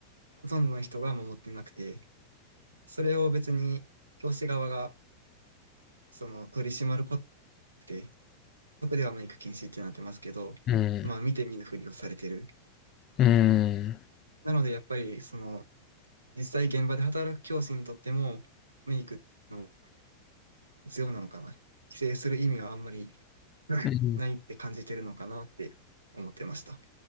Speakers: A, on the right; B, on the left.
A: ほとんどの人が守ってなくて、それを別に教師側がその取り締まることで、僕ではメイク禁止ってなってますけど、
B: ん。
A: まあ見て見ぬふりをされてる。
B: うん。うん。
A: なのでやっぱりその実際現場で働く教師にとっても、メイクの必要なのかな。規制する意味はあんまりうんないって感じてるのかなって思ってました。
B: うん